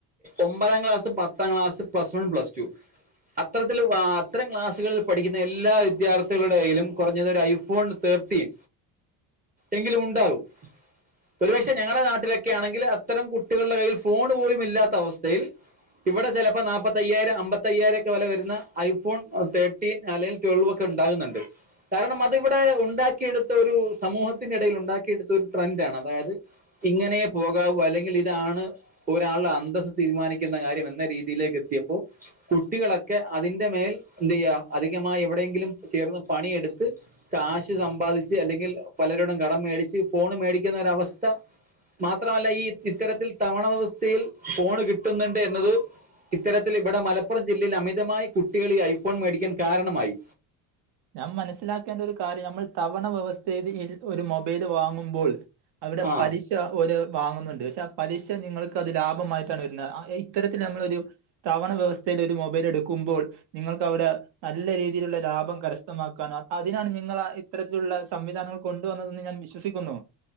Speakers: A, on the right (about 20°); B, on the right (about 65°).
A: ഒമ്പതാം ക്ലാസ് പത്താം class plus one plus two അത്തരത്തില് ആഹ് അത്തരം ക്ലാസ്സുകളിൽ പഠിക്കുന്ന എല്ലാ വിദ്യാർത്ഥികളുടെ കയ്യിലും കൊറഞ്ഞത് ഒര് ഐഫോൺ തേർട്ടീൻ എങ്കിലും ഉണ്ടാകും ഒരുപക്ഷെ ഞങ്ങളുടെ നാട്ടിലൊക്കെ ആണെങ്കിൽ അത്തരം കുട്ടികളുടെ കയ്യിൽ ഫോൺ പോലും ഇല്ലാത്ത അവസ്ഥയിൽ ഇവിടെ ചെലപ്പോ നാപ്പത്തയ്യായിരം അമ്പത്തയ്യായിരം ഒക്കെ വെല വരുന്ന ഐഫോൺ തെ ർടീൻ അലെയ് ടോൽവോക്കെ ഉണ്ടാകുന്നുണ്ട് കാരണം അതിവിടെ ഉണ്ടാക്കിയെടുത്ത ഒരു സമൂഹത്തിന്റെ ഇടയിൽ ഉണ്ടാക്കിയെടുത്ത ഒരു ട്രെൻഡ് ആണ് അതായത് ഇങ്ങനെ പോകാവൂ അല്ലെങ്കിൽ ഇതാണ് ഒരാളുടെ അന്തസ്സ് തീരുമാനിക്കുന്ന കാര്യം എന്ന രീതിയിലേക്ക് എത്തിയപ്പോ കുട്ടികളൊക്കെ അതിന്റെ മേൽ എന്ത് ചെയ്യ അധികമായി എവിടെയെങ്കിലും ചേർന്ന് പണിയെടു ത്ത് കാശ് സമ്പാദിച്ച് അല്ലെങ്കിൽ പലരോടും കടം മേടിച്ച് ഫോണ് മേടിക്കുന്ന ഒരവസ്ഥ മാത്രമല്ല ഈ ഇത്തരത്തിൽ തവണ വെവസ്ഥയിൽ ഫോണ് കിട്ടുന്നുണ്ട് എന്നത് ഇത്തരത്തിൽ ഇവിടെ മലപ്പുറം ജില്ലയിൽ അമിതമായി കുട്ടികള ഈ ഐഫോൺ മേടിക്കാൻ കാരണമായി
B: ഞാൻ മനസ്സിലാക്കേണ്ട ഒരു കാര്യം നമ്മൾ തവണ വ്യവസ്ഥയിൽ ഒരു മൊബൈല് വാങ്ങുമ്പോൾ അവരുടെ
A: ആ
B: പരി പി ഒരു വാങ്ങുന്നുണ്ട് പക്ഷെ ആ പലിശ നിങ്ങൾക്ക് അത് ലാഭമായിട്ടാണ് വരുന്നത് ഇത്തരത്തിൽ നമ്മളൊരു തവണ വ്യവസ്ഥയിൽ ഒരു മൊബൈൽ എടുക്കുമ്പോൾ നിങ്ങൾക്ക്വിടെ നല്ല രീതിയിലുള്ള ലാഭം കര വ്യക്തമാക്കാനോ അതിനാണ് നിങ്ങൾ ഇത്തരത്തിലുള്ള സംവിധാനങ്ങൾ കൊണ്ടുവന്നതെന്ന് ഞാൻ വിശ്വസിക്കുന്നു